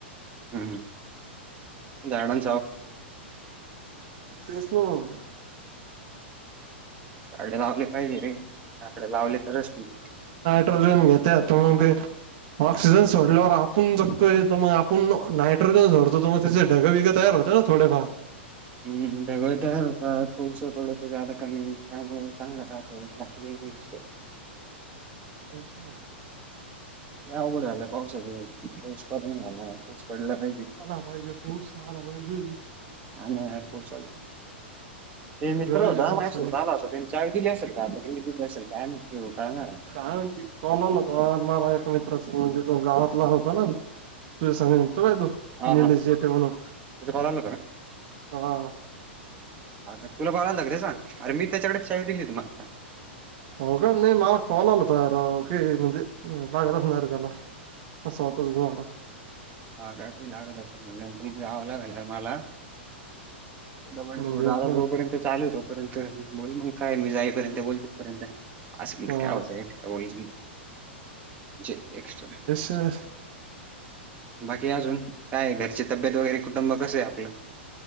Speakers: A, on the right; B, on the right.
A: हम् ह झाडां
B: तेच ना मग,
A: झाड लावले पाहिजे रे, झाडं लावले तरच टिकू,
B: घेत मग ते ऑक्सिजन सोडल्यावर आपण जगतोय तर मग आपण. नायट्रोजन झोडतो मग तेचे ढग बिग तयार होत ना थोडेफार.
A: हम्म ढगळ तयार होत त उस पडले जादकामी कमी त्यामुळे चांगला राहतो. कि विच
B: तेजत ना
A: अवघड झालंय पावसाचं पाऊस पड नाही झाला पाऊस पडला पाहिजे
B: ह पाहिजे बो स
A: आणि नाही यारपोर्चल ते मित्र
B: गरज
A: होता
B: आहे पावसाची.
A: आम होत आला होता त्यांनी चाय दिली असेल
B: काय
A: का आता कि दिली असेल काय म कणार
B: काय म्हच कॉलल होत मला एका मित्राच म्हणजे तो गावातला होता ना तुझ सांग तो बाय तो
A: हा
B: निलेश
A: हा त्याचा
B: जेठे म्हणून
A: कॉल आला
B: हा
A: ह का तुला कळायला लाग त्याचा अर मी त्याच्याकडे चावी दिली तुमला आता
B: हो का नाही मला कॉल आला तयार की म्हणजे लागतचणार रे त्याला असं वाटोजूनवाला
A: हा ग लागत असेल म्हण तु जावं लागेलर मला दमाण
B: म्हणजे
A: थोड आजचं
B: पण,
A: झोपू, त्याचं चालू हे तो पर्यंत बोल मग काय मी जाईपर्यंत बोल तीथपर्यंत आस पण
B: हा
A: काय होत एक्स्ट्रा बोल जे एक्स्ट्रा.
B: तर.
A: बाकी अजून काय घरची तब्येत वगैरे कुटुंब कसं आहे आपलं.